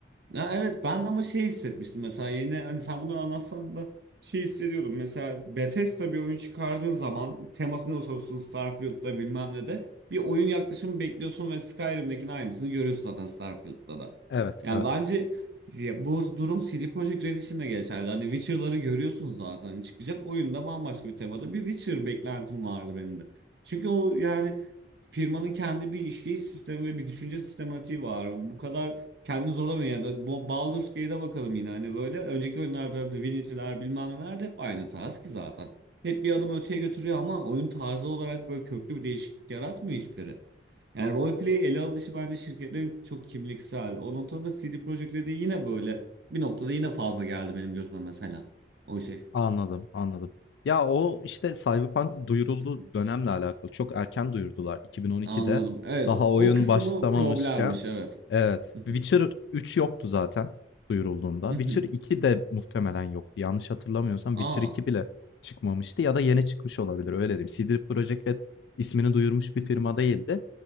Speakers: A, on the right; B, on the left.
A: Ya evet ben ama şey hissetmiştim mesela yeni hani sen bunu anlatsan da şey hissediyordum. Mesela Bethesda bir oyun çıkardığı zaman teması ne olursa olsun Starfield'da bilmem ne de bir oyun yaklaşımı bekliyorsun ve Skyrim'dekinin aynısını görüyorsun zaten Starfield'da da.
B: Evet,
A: Yani
B: evet.
A: bence ya bu durum CD Projekt Red için de geçerli. Hani Witcher'ları görüyorsunuz zaten. Hani çıkacak oyunda bambaşka bir temada bir Witcher beklentim vardı benim de. Çünkü o yani firmanın kendi bir işleyiş sistemi ve bir düşünce sistematiği var. Bu kadar kendini zorlamıyor yani. Ba- Baldur's Gate'e bakalım yine hani böyle. Önceki oyunlarda Divinity'ler bilmem neler de hep aynı tarz ki zaten. Hep bir adım öteye götürüyor ama oyun tarzı olarak böyle köklü bir değişiklik yaratmıyor hiçbiri. Yani roleplay ele alışı bence şirketlerin çok kimliksel. O noktada CD Projekt dediği yine böyle. Bir noktada yine fazla geldi benim gözüme mesela. O şey. <laughs>
B: Anladım, anladım. Ya, o, işte, Cyberpunk'ın duyurulduğu
A: Mhm.
B: dönemle alakalı. Çok erken duyurdular 2012'de.
A: Anladım. Evet,
B: Daha oyun
A: o kısmı
B: başlamamışken.
A: problemmiş, evet.
B: Evet.
A: <laughs> Mhm.
B: Witcher üç yoktu zaten duyurulduğunda.
A: Mhm.
B: Witcher iki de muhtemelen yoktu. Yanlış hatırlamıyorsam
A: Aa.
B: Witcher iki bile çıkmamıştı ya da yeni çıkmış olabilir, öyle diyeyim. CD Projekt Red ismini duyurmuş
A: <laughs>
B: bir
A: Mhm.
B: firma değildi.